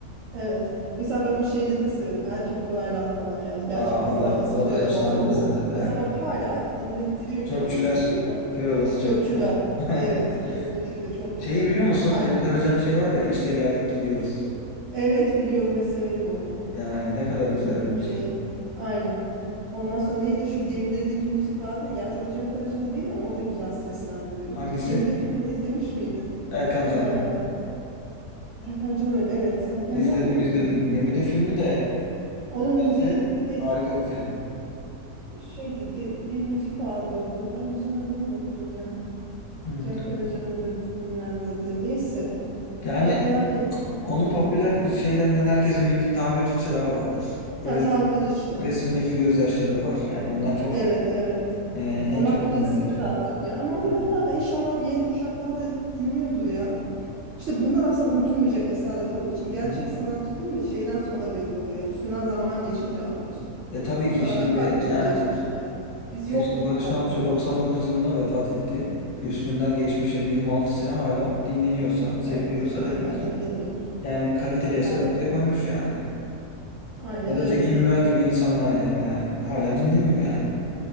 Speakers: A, on the right; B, on the left.
A: Evet. Mesela ben o şeyleri de severim. Erkin Koraylar falan yani. Gerçi
B: Aa,
A: bizden
B: o da
A: eski
B: o da,
A: dönem
B: da efsanedir
A: onlar ama.
B: zaten Ergün.
A: Mesela bak hala dinlettiriyor
B: Çöpçüler.
A: kendini değil mi? Bak
B: Kör olası
A: Çöpçüler.
B: çöpçüler. <laughs>
A: Evet. Kesinlikle çok
B: Şeyi
A: güzel.
B: biliyor musun?
A: Hala.
B: Cem Karaca'nın şey var ya işte geldik gidiyoruz.
A: Evet biliyorum ve severim onu.
B: Yani ne kadar güzel bir müzik.
A: Şey, aynen. Ondan sonra neydi şu gemideki müzik vardı ya. Gerçi o Cem Karaca'nın değil ama o da güzel seslendiriyor.
B: Hangisi?
A: Gemide filmini izlemiş miydin?
B: Erkan
A: Ee,
B: Can.
A: Erkan Can oynuyor. Evet, Erkan
B: İzledim
A: Can mı oynuyordu?
B: izledim.
A: film?
B: Gemide filmi de
A: Onun
B: bence
A: müziği ne
B: harika bir film.
A: şeydi? de- bir müzik vardı orada. Ay müziğin adını unuttum ya.
B: Hmm.
A: Cem Karaca'nın da dinlendirdiği. Neyse.
B: Yani
A: Bak merak ettim
B: onun
A: onu.
B: popüler şeylerinden herkesin bildiği tamirci çırağı vardır. Re-
A: Ha tamirci çırağı.
B: resimdeki gözyaşları var. Yani bunlar çok
A: Evet evet.
B: e, en
A: Onlar
B: çok
A: klasikler
B: bilinenleri.
A: artık ya. Ama onları
B: Evet.
A: herhalde inşallah yeni kuşaklar da dinliyordur ya. İşte bunlar aslında unutulmayacak eserler olduğu için gerçek
B: Hı hı.
A: sanatçı değil mi? Şeyden sonra belli oluyor. yani. Üstünden zaman geçince anlıyorsun.
B: E tabii
A: Bak
B: ki
A: aradan
B: şimdi
A: kaç
B: yani
A: yıl geçmiş yani. Biz
B: E
A: yoktuk
B: işte Barış
A: yani.
B: Manço
A: o-
B: 99 yılında vefat etti. Üstünden geçmiş yani 26 sene hala dinleniyorsa,
A: Evet
B: seviliyorsa
A: hala
B: demek ki
A: dinleniyor.
B: yani bir kaliteli eser
A: A-
B: ortaya koymuş yani.
A: Aynen
B: Ya da
A: öyle.
B: Zeki Müren gibi insanlar yani yani hala dinleniyor
A: Aynen,
B: yani.